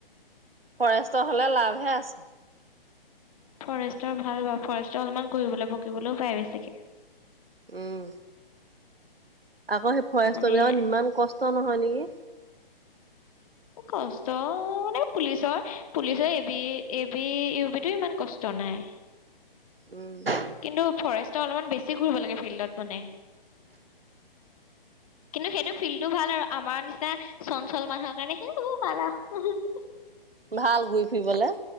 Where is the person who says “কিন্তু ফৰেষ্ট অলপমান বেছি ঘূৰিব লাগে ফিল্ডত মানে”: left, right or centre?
Left